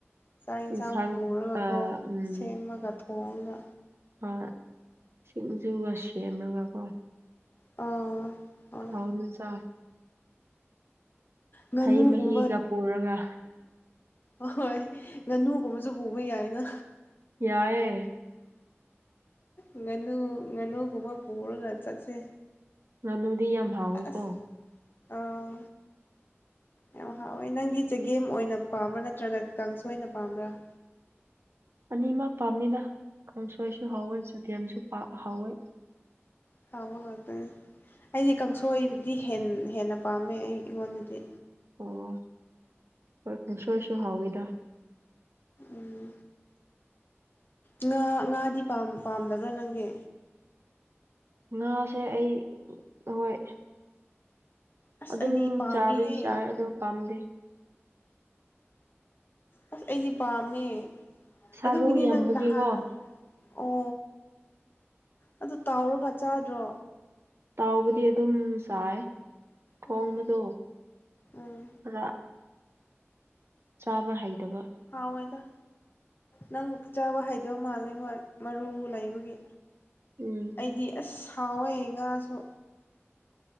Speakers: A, on the left; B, on the right.
A: ꯆꯥꯛ ꯌꯦꯟꯁꯥꯡ
B: ꯏꯟꯁꯥꯡ
A: ꯄꯨꯔꯒꯀꯣ
B: ꯑ ꯎꯝ
A: ꯁꯦꯝꯃꯒ ꯊꯣꯡꯉꯒ
B: ꯍꯣꯏ ꯁꯤꯡꯖꯨꯒ ꯁꯦꯝꯃꯒꯀꯣ
A: ꯑꯥ ꯍꯣꯏ
B: ꯍꯥꯎꯅ ꯆꯥ
A: ꯉꯥꯅꯨꯒꯨꯝꯕ
B: ꯍꯩ ꯃꯍꯤꯒ ꯄꯨꯔꯒ
A: ꯑꯍꯣꯏ ꯉꯥꯅꯨꯒꯨꯝꯕꯁꯨ ꯄꯨꯕ ꯌꯥꯏꯅ
B: ꯌꯥꯏꯦ
A: ꯉꯥꯅꯨ ꯉꯥꯅꯨꯒꯨꯝꯕ ꯄꯨꯔꯒ ꯆꯠꯁꯦ
B: ꯉꯥꯅꯨꯗꯤ ꯌꯥꯝ ꯍꯥꯎꯋꯦꯀꯣ
A: ꯑꯁ ꯑꯥ ꯌꯥꯝ ꯍꯥꯎꯋꯦ ꯅꯪꯗꯤ ꯆꯒꯦꯝ ꯑꯣꯏꯅ ꯄꯥꯝꯕ꯭ꯔꯥ ꯅꯠꯇ꯭ꯔꯒ ꯀꯥꯡꯁꯣꯏꯅ ꯄꯥꯝꯕ꯭ꯔꯥ ꯎ
B: ꯑꯅꯤꯃꯛ ꯄꯥꯝꯃꯤꯅ ꯀꯥꯡꯁꯣꯏꯁꯨ ꯍꯥꯎꯋꯦ ꯆꯒꯦꯝꯁꯨ ꯍꯥꯎꯋꯦ
A: ꯍꯕ ꯂ ꯇ ꯑꯩꯗꯤ ꯀꯥꯡꯁꯣꯏꯗꯤ ꯍꯦꯟꯅ ꯄꯥꯝꯃꯦ ꯑꯩ ꯑꯩꯉꯣꯟꯗꯗꯤ
B: ꯑꯣ ꯍꯣꯏ ꯈꯪꯁꯣꯏꯁꯨ ꯍꯥꯎꯋꯤꯗ
A: ꯎꯝ ꯉꯥ ꯉꯥꯗꯤ ꯄꯥꯝꯗꯕ꯭ꯔꯥ ꯅꯪꯒꯤ
B: ꯉꯥꯁꯦ ꯑꯩ ꯍꯣꯏ
A: ꯑꯁ
B: ꯑꯗꯨꯝ
A: ꯑꯩꯗꯤ ꯄꯥꯝꯃꯦꯍꯦ
B: ꯆꯥꯕꯗꯤ ꯆꯥꯏ ꯑ ꯄꯥꯝꯗꯦ
A: ꯑꯁ ꯑꯩꯗꯤ ꯄꯥꯝꯃꯦ
B: ꯁꯥꯔꯨ
A: ꯑꯗꯨꯒꯤꯅꯦ
B: ꯌꯥꯝꯕꯒꯤꯀꯣ
A: ꯅꯪ ꯅꯍꯥꯟ ꯑꯣ ꯑꯗꯨ ꯇꯥꯎꯔꯒ ꯆꯥꯗ꯭ꯔꯣ
B: ꯇꯥꯎꯕꯗꯤ ꯑꯗꯨꯝ ꯁꯥꯏ ꯈꯣꯡꯕꯗꯣ
A: ꯎꯝ ꯎꯝ
B: ꯈꯔ ꯆꯥꯕ ꯍꯩꯇꯕ
A: ꯍꯥꯎꯋꯦꯗ ꯅꯪ ꯆꯥꯕ ꯍꯩꯗꯕ ꯃꯥꯜꯂꯦ ꯍꯣꯏ ꯃꯔꯨ ꯂꯩꯕꯒꯤ
B: ꯎꯝ
A: ꯑꯩꯗꯤ ꯑꯁ ꯁꯥꯎꯋꯦ ꯉꯥꯁꯨ